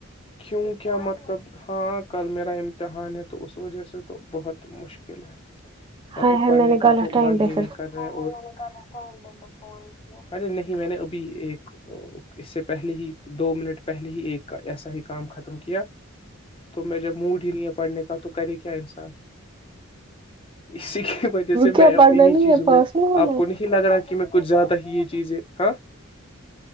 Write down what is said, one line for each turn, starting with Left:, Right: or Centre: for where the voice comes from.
Left: کیوں کیا مطلب ہاں کل میرا امتحان ہے تو اس وجہ سے تو بہت مشکل ہے مطلب
Right: ہاں ہے
Left: پڑھنے
Right: میں نے کل
Left: کا تو
Right: آف ٹائم
Left: من
Right: پہ
Left: ہی نہیں
Right: پھر
Left: کر رہے اور لسٹائم پ سس فون ارے نہیں میں نے ابھی ایک اس سے پہلے ہی دو منٹ پہلے ہی ایک ایسا ہی کام ختم کیا تو میں جب موڈ ہی نہیںیا پڑھنے کا تو کرے کیا انسان اسی کی وجہ سے میں
Right: کیا
Left: اب
Right: پڑھنا
Left: انیں
Right: نہیں
Left: چیزوں
Right: ہے
Left: میں
Right: پاس نہیں ہونا
Left: آپ کو نہیں لگ رہا کہ میں کچھ زیادہ ہی یہ چیزیں ہاں